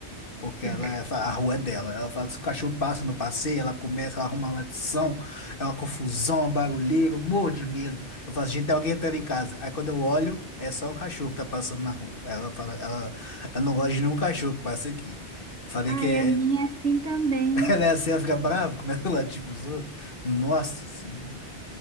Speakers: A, on the left; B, on the right.
A: Porque
B: <laughs>
A: ela, ela fala- a rua é dela. Ela fala que se o cachorro passa no passeio, ela começa, ela arruma uma latição, é uma confusão, uma barulheira, eu morro de medo. Eu falo, gente, tem alguém entrando em casa. Aí quando eu olho, é só um cachorro que tá passando na rua. Ela fala, ela, ela não gosta de nenhum cachorro que passa aqui. Falei
B: Ai,
A: que é-
B: a minha é assim também.
A: <laughs> ela é assim, ela fica brava, começa a latir pros outros. Nossa Senhora.